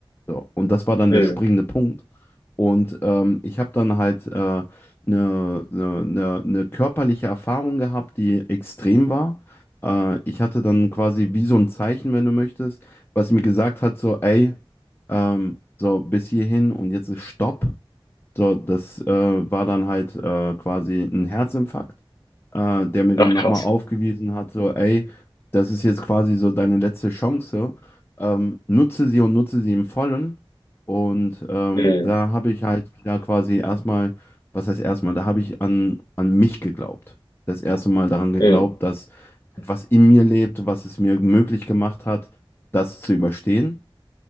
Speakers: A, on the left; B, on the left.
A: So, und das war dann
B: Hm.
A: der springende Punkt. Und ähm, ich habe dann halt äh, eine, eine, eine körperliche Erfahrung gehabt, die extrem war. Äh, ich hatte dann quasi wie so ein Zeichen, wenn du möchtest, was mir gesagt hat, so, ey, ähm, so bis hierhin und jetzt ist Stopp. So, das äh, war dann halt äh, quasi ein Herzinfarkt, äh, der mir dann
B: Ach,
A: nochmal
B: krass.
A: aufgewiesen hat, so, ey, das ist jetzt quasi so deine letzte Chance, ähm, nutze sie und nutze sie im Vollen. Und ähm,
B: Hm,
A: da habe ich halt wieder quasi erstmal, was heißt erstmal, da habe ich an, an mich geglaubt. Das erste Mal daran geglaubt,
B: hm,
A: dass etwas in mir lebt, was es mir möglich gemacht hat, das zu überstehen